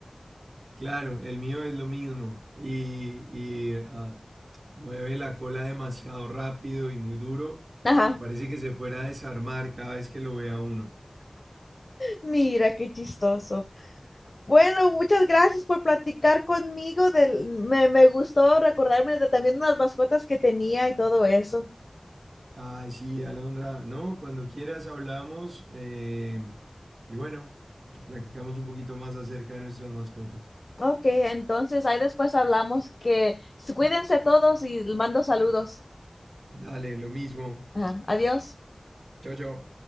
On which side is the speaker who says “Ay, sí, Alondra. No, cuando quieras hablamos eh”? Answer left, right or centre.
Right